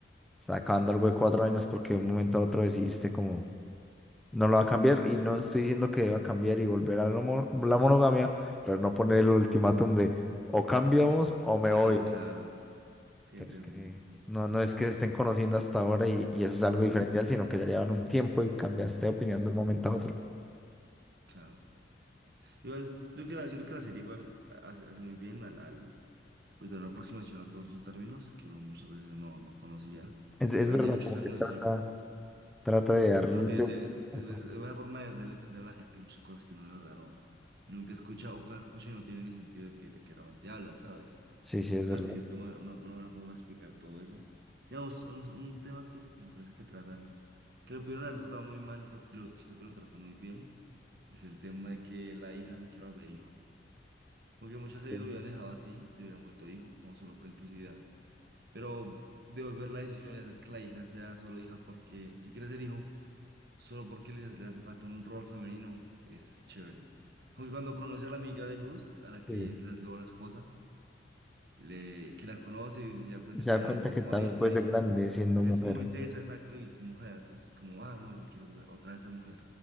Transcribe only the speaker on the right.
y
claro,
claro. Sí,
entiendo,
entiendo.
Ajá,
claro. Igual, creo que la, siento que la serie igual hace, hace muy bien al, al, pues dar una aproximación a todos esos términos que uno muchas veces no, no conocía.
¿Sabes?
Hay muchos
términos
que yo,
como que de, de,
de buena forma de hacerle entender a la gente muchas cosas que uno de verdad no, nunca escucha o cuando escucha y no tiene ni sentido de que, de que realmente hablan, ¿sabes?
La
serie toma una, una buena forma de explicar todo eso. Digamos, un, un tema que me parece que tratan, que lo pudieron haber tratado muy mal, lo, lo- siento que lo tratan muy bien, es el tema de que la hija se quiere volver Como que muchas series
lo hubieran dejado así, le hubieran vuelto hijo, como solo por inclusividad. Pero devolver la decisión y hacer que la hija sea solo hija porque, que quiere ser hijo, solo porque le, le hace falta un rol femenino, es chévere. Como que cuando conoce a la amiga de Luz, a la que
es la, luego la esposa, le, que la conoce y se da cuenta
que
van
a quedar
como
a Disney,
que
es muy tesa, exacto, y es mujer. Entonces, como, ah, no, ya quiero otra otra vez ser mujer,